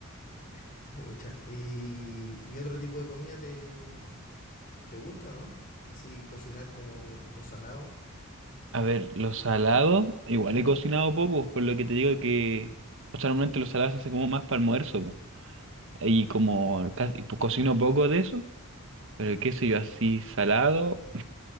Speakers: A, on the left; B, on the right.
A: <laughs> Pucha. ¿Y, y otro tipo de comida te, te gusta, no? Así cocinar como lo salado.
B: A ver, los salados, igual
A: ¿Mm?
B: he cocinado poco, por lo que te digo que. O sea, normalmente los salados se hace como más para almuerzo, Y como casi, po- cocino poco de eso, pero qué
A: Ya.
B: sé yo, así salado,